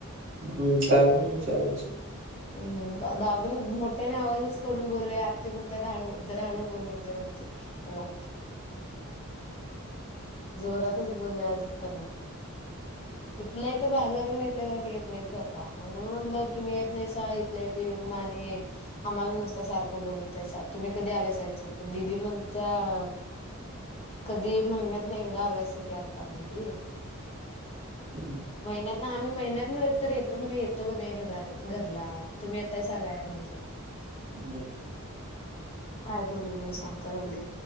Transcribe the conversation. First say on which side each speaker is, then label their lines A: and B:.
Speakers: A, on the right (about 60°); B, on the left (about 25°).
A: हम्म काय मून विचाराची.
B: हम्म दादूने मोठ्याने आवाजच करून बोलले आत्ती पण, त्यात हळू जरा हळू बोल म्हण त्यात आत्ती. बोला. जोरातच बोलले आज त्यांना. इथल्या इथं बाजाराला ये त्या येत नाहीत घरला म मी म्हटलं तुम्ही येत नाही सा इथल्या इथं. ते माने आम्हाला नुस्त सारखं बोलवतयसा, तुम्ही कधी आलायसाच दिदी म्हणत्या अ कधी महिन्यात न एकदा आलायस की आता म्हणती.
A: <inaudible>
B: महिन्यातन हाम्हीं महिन्यात न तर येतो क नई येतो क नई घरा घरला, तुम्ही येताय सांगाया म्हटलं. <inaudible>
A: हम्म.
B: काय बोलली नाही शांत राहिलीत.